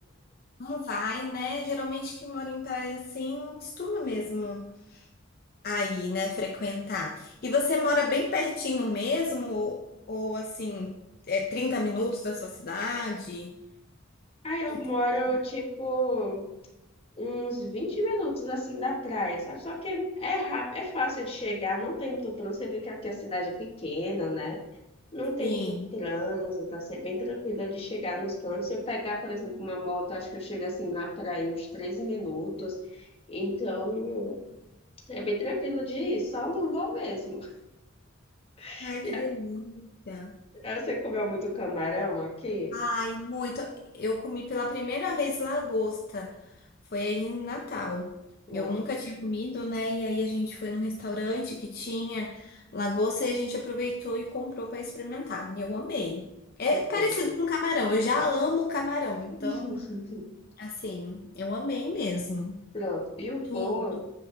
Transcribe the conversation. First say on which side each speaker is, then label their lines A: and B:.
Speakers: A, on the left; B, on the left.
A: não vai, né? Geralmente quem mora em praia assim não costuma mesmo aí, né, frequentar. E você mora bem pertinho mesmo? Ou, ou, assim, é 30 minutos da sua cidade?
B: Aí eu
A: Que
B: moro,
A: delícia.
B: tipo, uns 20 minutos assim da praia, sabe? Só que é rápido, é fácil de chegar, não tem muito trânsito. Você vê que aqui a cidade é pequena, né? Não tem
A: Sim.
B: muito trânsito, tá sempre bem tranquilo de chegar nos cantos. Se eu pegar, por exemplo, uma moto, acho que eu chego assim na praia em uns 13 minutos. Então, é bem tranquilo de ir, só não vou mesmo. <laughs>
A: Ai, que delícia.
B: E aí, Você comeu muito camarão aqui?
A: Ai, muito. Eu comi pela primeira vez lagosta. Foi aí em Natal.
B: Pronto,
A: Eu nunca tinha comido, né? E aí a gente foi num restaurante que tinha lagosta e a gente aproveitou e comprou para experimentar. Eu amei. É
B: é bom.
A: parecido com camarão. Eu já amo camarão. Então,
B: <laughs>
A: assim, eu amei mesmo.
B: Pronto. E o bom
A: Tudo,